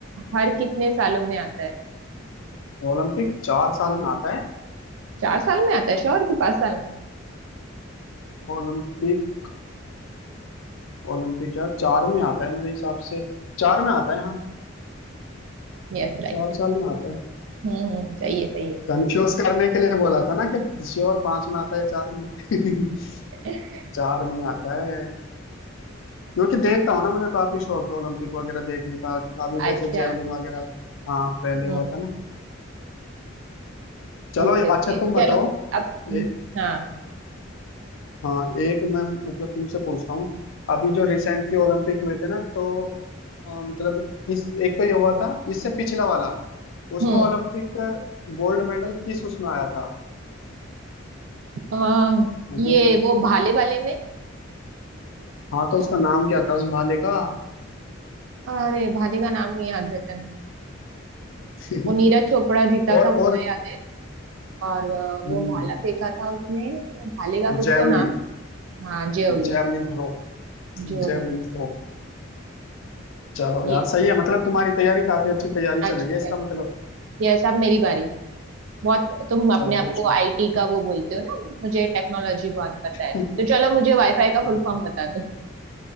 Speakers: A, on the right (about 70°); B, on the left (about 75°).
A: हर कितने सालों में आता है
B: ओलंपिक चार साल में आता है
A: चार साल में आता है श्योर कि पांच साल में
B: ओलंपिक ओलंपिक यार चार में आता है मेरे हिसाब से चार में आता है हाँ
A: Yes right
B: चार साल में आता है
A: हम्म सही है सही है
B: कंफ्यूज करने के लिए बोला था ना कि श्योर पांच में आता है चार में <laughs>
A: <laughs>
B: चार में आता है क्योंकि देखता हूँ ना मुझे काफी शौक है ओलंपिक वगैरह देखने का अभी जैसे
A: अच्छा
B: जेवलिन वगैरह हाँ पहले
A: हम्म
B: हुआ था ना चलो
A: ओके ओके
B: अच्छा तुम
A: चलो
B: बताओ
A: अब
B: ए,
A: हाँ
B: हाँ एक मैं मतलब तुमसे पूछता हूँ अभी जो रिसेंटली ओलंपिक हुए थे ना तो अ, मतलब इस एक तो ये हुआ था इससे पिछला वाला उसमें
A: हम्म
B: ओलंपिक गोल्ड मेडल किस उसमें आया था
A: आ,
B: मतलब
A: ये वो भाले वाले में
B: हाँ तो उसका नाम क्या था उस भाले का
A: अरे भाले का नाम नहीं याद रहता
B: <laughs>
A: वो नीरज चोपड़ा जीता
B: और
A: था उतना
B: और
A: याद है और अ, वो
B: हम्म,
A: भाला फेंका था उसने वो भाले का कुछ
B: javelin
A: तो नाम हाँ जेवलिन
B: javelin throw
A: जेवलिन
B: javelin throw चलो
A: ये
B: यार सही है मतलब तुम्हारी तैयारी काफी अच्छी तैयारी
A: अच्छी
B: चल रही है
A: चल
B: इसका
A: रही
B: मतलब
A: है ये सब मेरी बारी बहुत तुम अपने
B: चलो
A: आप
B: पूछो
A: को आईटी का वो बोलते हो ना मुझे टेक्नोलॉजी बहुत पता है तो
B: <laughs>
A: चलो मुझे वाईफाई का
B: हाँ
A: फुल फॉर्म बता दो